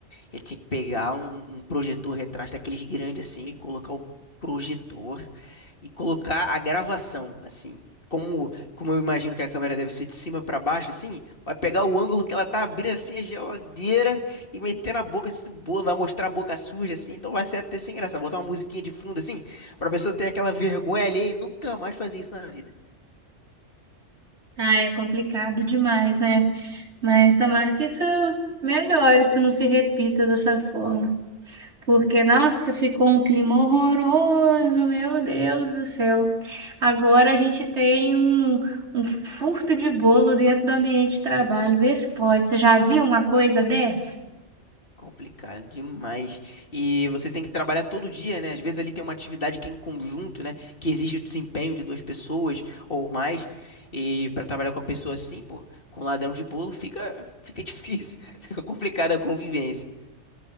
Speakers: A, on the left; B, on the right.
A: Ele tinha que pegar um, um um projetor retrátil daqueles grandes assim, colocar o projetor e colocar a gravação assim. Como, como eu imagino que a câmera deve ser de cima para baixo, assim, vai pegar o ângulo que ela tá abrindo assim a geladeira e meter na boca, assim, do bolo, vai mostrar a boca suja, assim, então vai ser até sem graça. Botar uma musiquinha de fundo, assim, pra pessoa ter aquela vergonha ali e nunca mais fazer isso na vida.
B: Ai, é complicado demais, né? Mas tomara que isso melhore, isso não se repita dessa forma. Porque, nossa, ficou um clima horroroso, meu Deus do céu. Agora a gente tem um, um furto de bolo dentro do ambiente de trabalho. Vê se pode. Você já viu uma coisa dessa?
A: Complicado demais. E você tem que trabalhar todo dia, né? Às vezes ali tem uma atividade que é em conjunto, né? Que exige o desempenho de duas pessoas ou mais. E para trabalhar com a pessoa assim, pô, com ladrão de bolo, fica, fica difícil. <laughs> Fica complicada a convivência.